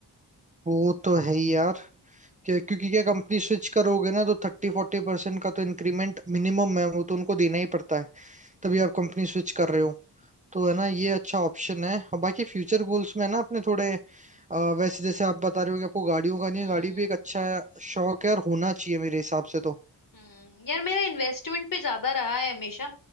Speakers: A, on the right (about 20°); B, on the left (about 50°).
A: वो तो है ही यार क्या क्योंकि क्या कंपनी स्विच करोगे ना तो थर्टी फोर्टी परसेंट का तो इंक्रीमेंट मिनिमम है वो तो उनको देना ही पड़ता है तभी आप कंपनी स्विच कर रहे हो तो है ना ये अच्छा ऑप्शन है और बाकी फ्यूचर गोल्स में है ना अपने थोड़े अ, वैसे जैसे आप बता रहे हो कि आपको गाड़ियों का नहीं
B: हम्म
A: है गाड़ी भी एक अच्छा शौक है और होना चाहिए मेरे हिसाब से तो
B: हम्म यार मेरा इन्वेस्टमेंट पे ज्यादा रहा है हमेशा